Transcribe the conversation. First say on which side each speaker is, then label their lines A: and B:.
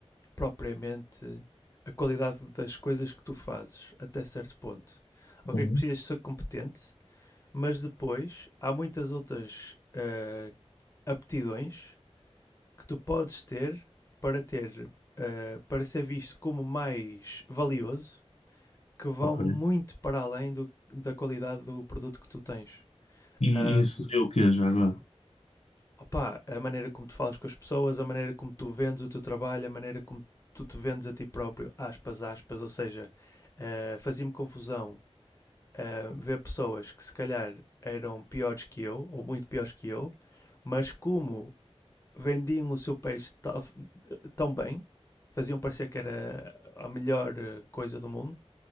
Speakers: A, on the left (about 25°); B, on the left (about 70°).
A: propriamente a qualidade das coisas que tu fazes, até certo ponto. o que
B: Uhum.
A: é que precisas ser competente, mas depois há muitas outras eh, aptidões que tu podes ter para ter eh, para ser visto como mais valioso que vão
B: Ok.
A: muito para além do- da qualidade do produto que tu tens.
B: E
A: Ahm,
B: isso seria o que já agora?
A: opá, a maneira como tu falas com as pessoas, a maneira como tu vendes o teu trabalho, a maneira como tu te vendes a ti próprio, aspas, aspas, ou seja, eh, fazia-me confusão eh, ver pessoas que se calhar eram piores que eu, ou muito piores que eu, mas como vendiam o seu peixe tão bem, faziam parecer que era a melhor eh, coisa do mundo,